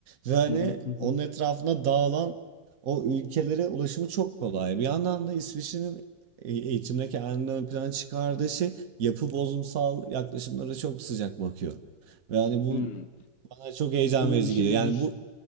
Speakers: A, on the right (about 50°); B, on the left (about 45°).
A: Ve hani
B: Hı hı hı hı.
A: onun etrafına dağılan o ülkelere ulaşımı çok kolay. Bir yandan da İsviçre'nin e- eğitimde kendini ön plana çıkardığı şey yapı bozumsal yaklaşımlara çok sıcak bakıyor. Ve hani bu
B: Hmm.
A: bana çok heyecan
B: Kutunun
A: verici
B: dışında
A: geliyor. Yani
B: düş
A: bu